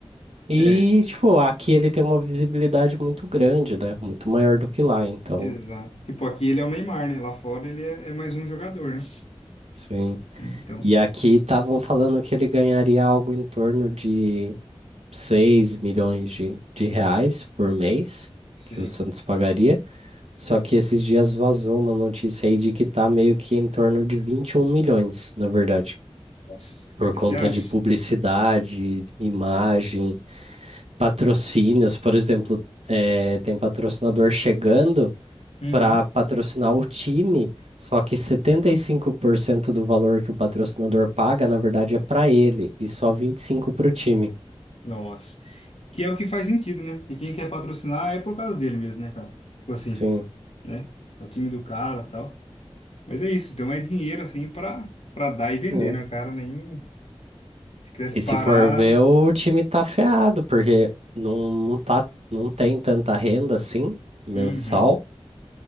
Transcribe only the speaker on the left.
É,
exato. Tipo, aqui ele é o Neymar, né? Lá fora ele é, é mais um jogador, né?
Então,
sei.
Nossa,
cara,
você acha?
Uhum.
Nossa. Que é o que faz sentido, né? E quem quer patrocinar é por causa dele mesmo, né, cara? Tipo assim,
né? É o time do cara, e tal. Mas é isso, então é dinheiro assim pra para dar e vender,
né, cara? Nem se quisesse
parar.
Uhum.